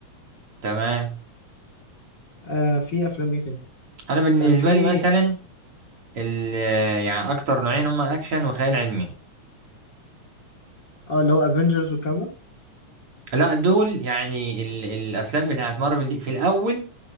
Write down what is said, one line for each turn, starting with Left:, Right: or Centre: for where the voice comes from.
Right: تمام
Left: آه في افلام ايه تاني
Right: انا بالنسبه
Left: كان في
Right: لي مثلا ال... يعني اكتر نوعين هما اكشن وخيال علمي
Left: اه اللي هو افنجرز والكلام ده
Right: لا دول يعني ال... الافلام بتاعت مارفل دي في الاول